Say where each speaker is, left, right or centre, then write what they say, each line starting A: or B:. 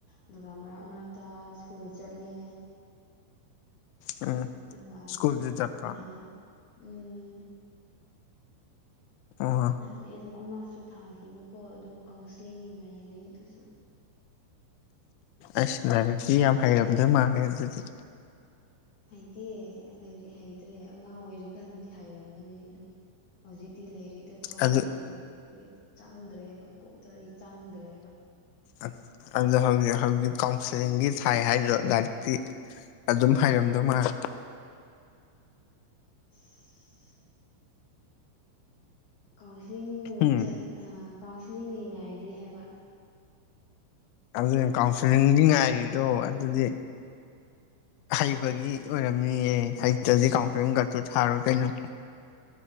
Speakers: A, on the left; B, on the left.
A: ꯑꯗꯨꯒ ꯃꯔꯛ ꯃꯔꯛꯇ ꯁ꯭ꯀꯨꯜ ꯆꯠꯂꯦ
B: ꯎꯝ
A: ꯑꯗꯨꯒ
B: ꯁ꯭ꯀꯨꯜꯗꯤ ꯆꯠꯄ꯭ꯔꯣ
A: ꯅꯍꯥꯟ ꯎꯝ
B: ꯑꯣ ꯍꯣ
A: ꯅꯍꯥꯟ ꯑꯦꯛꯖꯥꯝ ꯑꯃꯁꯨ ꯊꯥꯈꯤꯕꯀꯣ ꯑꯗꯣ ꯀꯥꯎꯟꯁꯤꯂꯤꯡꯒꯤ ꯉꯥꯏꯔꯤ ꯑꯗꯨꯁꯨ
B: ꯑꯁ ꯂꯥꯏꯔꯤꯛꯇꯤ ꯌꯥꯝ ꯍꯩꯔꯝꯗꯣꯏ ꯃꯥꯜꯂꯦ ꯑꯗꯨꯗꯤ
A: ꯍꯩꯇꯦ ꯑꯗꯨꯗꯤ ꯍꯩꯇ꯭ꯔꯦ ꯑꯉꯥꯡ ꯑꯣꯏꯔꯤꯀꯥꯟꯗꯤ ꯍꯩꯔꯝꯕꯅꯦ ꯑꯗꯣ ꯍꯧꯖꯤꯛꯇꯤ ꯂꯩꯔꯤꯛꯇ ꯊꯋꯥꯏ
B: ꯑꯗꯨ
A: ꯌꯥꯝ ꯆꯪꯗ꯭ꯔꯦꯕ ꯀꯣꯛꯇꯗꯤ ꯆꯪꯗ꯭ꯔꯦꯕ
B: ꯑꯠ ꯑꯗꯣ ꯍꯧꯖꯤꯛ ꯍꯧꯖꯤꯛ ꯀꯥꯎꯟꯁꯤꯂꯤꯡꯒꯤ ꯊꯥꯏ ꯍꯥꯏꯗꯣ ꯂꯥꯏꯔꯤꯛꯇꯤ ꯑꯗꯨꯝ ꯍꯥꯏꯔꯝꯗꯧ ꯃꯥꯜ
A: <inaudible> ꯀꯥꯎꯟꯁꯂꯤꯡ
B: ꯎꯝ
A: ꯆꯠ ꯑꯥ ꯀꯥꯎꯟꯁꯤꯂꯤꯡꯒꯤ ꯉꯥꯏꯔꯤ ꯍꯥꯏꯕ
B: ꯑꯗꯨꯅ ꯀꯥꯎꯟꯁꯤꯂꯤꯡꯒꯤ ꯉꯥꯏꯔꯤꯗꯣ ꯑꯗꯨꯗꯤ ꯍꯩꯕꯒꯤ ꯑꯣꯏꯔꯝꯅꯤꯌꯦ ꯍꯩꯇꯗꯤ ꯀꯥꯎꯟꯁꯤꯂꯤꯡꯒꯥꯛꯇ ꯊꯥꯔꯣꯏ ꯀꯩꯅꯣ